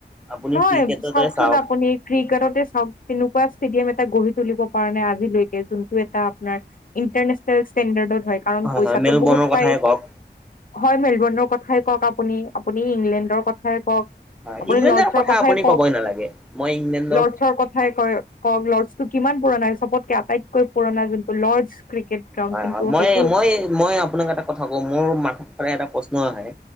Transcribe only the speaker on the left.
নহয়
চাওকচোন
আপুনি ক্ৰিকেটতে চাওক কেনেকুৱা ষ্টেডিয়াম এ টা গঢ়ি তুলিব পৰা নাই আজিলৈকে, জোনটো এটা আপোনাৰ ইণ্টাৰনেশ্যনেল ষ্টেণ্ডাৰ্ডত হয়। কাৰণ পইচাটো
বহুত
পায়।
হয় মেলবৰ্ণৰ কথাই কওক আপুনি, আপুনি ইংলেণ্ডৰ কথাই কওক
আপুনি
লৰ্ডছৰ
কথাই
কওক
লৰ্ডছৰ কথাই ক ওক লৰ্ডছটো কিমান পুৰণা, চবতকে আটাইতকৈ পুৰণা যোনটো লৰ্ডছ ক্ৰিকেট গ্ৰাউণ্ড
কিন্তু
সেইটো